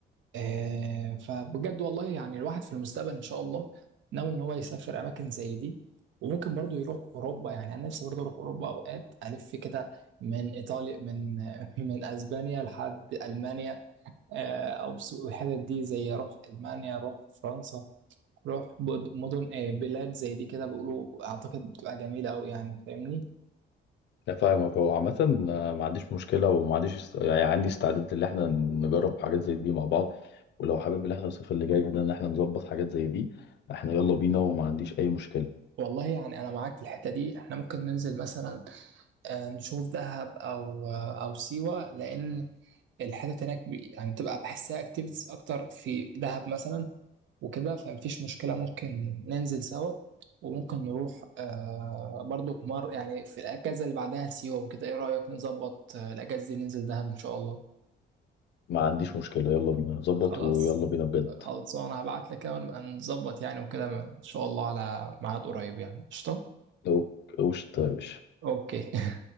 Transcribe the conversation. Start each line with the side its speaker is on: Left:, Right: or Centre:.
Right: آه، فبجد والله يعني الواحد في المستقبل ان شاء الله ناوي ان هو يسافر اماكن زي دي وممكن برضو يروح اوروبا يعني انا نفسي برضو اروح اوروبا اوقات الف كده من ايطاليا من <laughs> من اسبانيا لحد المانيا آه، او س- الحتت دي زي روح المانيا روح فرنسا روح بود- مدن آه، بلاد زي دي كده بيقولوا اعتقد بتبقى جميله قوي يعني فاهمني
Left: لا فاهمك هو عامة آه، ما عنديش مشكلة وما عنديش است... يعني عندي استعداد ان احنا نجرب حاجات زي دي مع بعض ولو حابب ان احنا الصيف اللي جاي ده ان احنا نظبط حاجات زي دي احنا يلا بينا وما عنديش اي مشكلة
Right: والله يعني انا معاك في الحته دي احنا ممكن ننزل مثلا آه، نشوف دهب او آه، او سيوه لان الحتت هناك بي- يعني بتبقى بحسها اكتيفيتيز اكتر في دهب مثلا وكده فمفيش مشكله ممكن ننزل سوا وممكن نروح آه برضو مر يعني في الاجازه اللي بعدها سيوه وكده ايه رايك نظبط آه، الاجازه دي ننزل دهب ان شاء الله
Left: ما عنديش مشكلة يلا بينا نظبط
Right: خلاص
Left: ويلا بينا بجد
Right: خلاص انا هبعت لك ونبقى نظبط يعني وكده ان شاء الله على ميعاد قريب يعني قشطه
Left: لو وش طيب
Right: اوكي